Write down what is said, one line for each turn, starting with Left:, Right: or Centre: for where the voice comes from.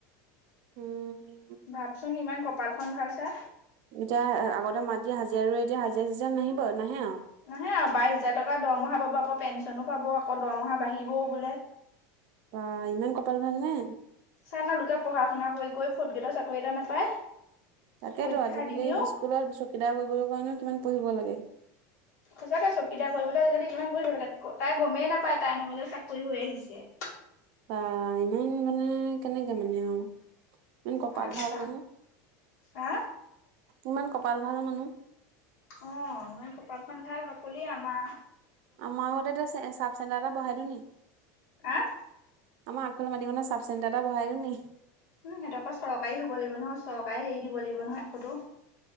Right: উম।
Left: ভাবচোন ইমান কপালখন ভাল চা।
Right: এতিয়া আগতে মাটি হাজিৰা ৰৈ এতিয়া হাজিৰা হাজিৰা নাহিব নাহে আৰু।
Left: নাহে আৰু বাইশ হাজ তকা দৰমহা পাব আকৌ পেঞ্চনো পাব আকৌ দৰমহা বাঢ়িবও বোলে।
Right: বা ইমান কপাল ভাল নে।
Left: চাল লা লোকে পঢ়া শুনা কৰি ফৰ্থ গ্ৰেডৰ চাকৰি এটা নাপায়।
Right: তাকেতো
Left: পৰীক্ষা
Right: আজিকালি
Left: দি দিও
Right: স্কুলত চকীদাৰ কৰিবৰ কাৰণেও কিমান পঢ়িব লাগে।
Left: সঁচাকে চকিদা কৰিবতো আজিকালি কিমান পঢ়িব লাগ তাই গমেই নাপায় তাইৰ নামাজতে চাকৰি হৈ আহিছে।
Right: বা ইমান মানে কেনেকে মানে অ'। ইমান কপাল
Left: ভাবিছা
Right: ভাল মানু
Left: হা
Right: ইমান কপাল ভাল মানহ।
Left: অ' ইমান কপালখন ভাল বাকলি আমা।
Right: মই আগতে এ চাব চেণ্টাৰ এটা বহাই দিওঁ নি।
Left: আহ
Right: আমাৰ আগফালে মাটিকনা চাব চেণ্টাৰ এটা বহাই দিও নি।
Left: উম, সিহটোক চৰকাৰে হ'ব লাগিব নহয় চৰকাৰে হেৰি দিব লাগিব নহয় একতো।